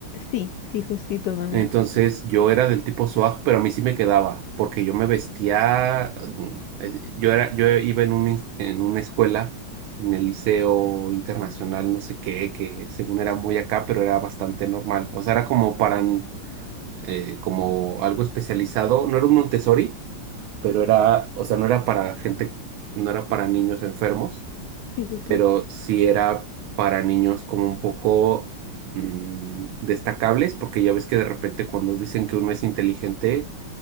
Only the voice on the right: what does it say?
Entonces yo era del tipo swag, pero a mí sí me quedaba, porque yo me vestía, mm, eh, yo era, yo iba en un ins- en una escuela, en el liceo internacional, no sé qué, que según era muy acá, pero era bastante normal. O sea, era como para, mm, eh, como algo especializado, no era un Montessori pero era, o sea, no era para gente, no era para niños enfermos,
pero sí era para niños como un poco mm, destacables, porque ya ves que de repente cuando dicen que uno es inteligente,